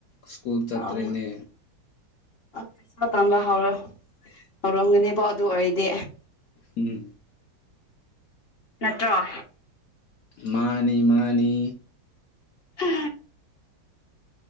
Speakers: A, on the left (about 70°); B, on the left (about 40°).
A: ꯁ꯭ꯀꯨꯜ ꯆꯠꯇ꯭ꯔꯦꯅꯦ
B: ꯑꯣ ꯄꯩꯁꯥ ꯇꯥꯟꯕ ꯍꯧꯔꯣ ꯍꯧꯔꯝꯒꯅꯦꯕꯣ ꯑꯗꯨ ꯑꯣꯏꯔꯗꯤ
A: ꯎꯝ
B: ꯅꯠꯇ꯭ꯔꯣ
A: ꯃꯥꯟꯅꯤ ꯃꯥꯟꯅꯤ
B: ꯍꯥ